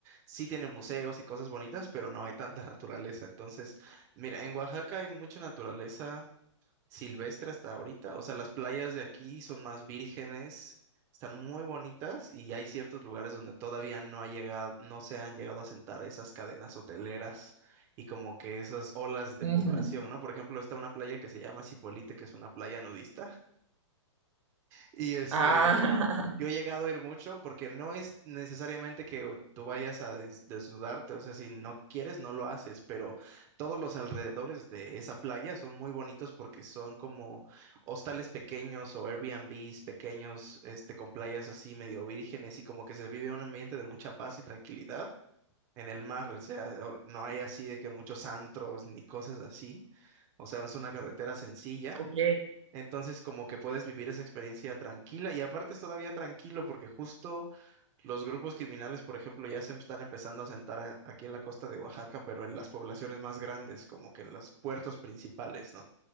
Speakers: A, on the right; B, on the right.
A: sí tiene museos y cosas bonitas, pero no hay tanta <laughs> naturaleza. Entonces, mira, en Oaxaca hay mucha naturaleza silvestre hasta ahorita. O sea, las playas de aquí son más vírgenes, están muy bonitas y hay ciertos lugares donde todavía no ha llegado, no se han llegado a sentar esas cadenas hoteleras y como que esas olas de
B: Ujú.
A: población, ¿no? Por ejemplo, está una playa que se llama Cipolite, que es una playa nudista. Y este,
B: Ah,
A: yo he llegado a ir mucho porque no es necesariamente que o- tú vayas a des- desnudarte, o sea, si no quieres, no lo haces, pero todos los alrededores de esa playa son muy bonitos porque son como hostales pequeños o Airbnbs pequeños, este, con playas así medio vírgenes y como que se vive un ambiente de mucha paz y tranquilidad en el mar, o sea, o- no hay así de que muchos antros ni cosas así, o sea, es una carretera sencilla
B: <laughs> ok,
A: entonces, como que puedes vivir esa experiencia tranquila y aparte es todavía tranquilo porque justo los grupos criminales, por ejemplo, ya se están empezando a sentar a- aquí en la costa de Oaxaca, pero en las poblaciones más grandes, como que en los puertos principales, ¿no?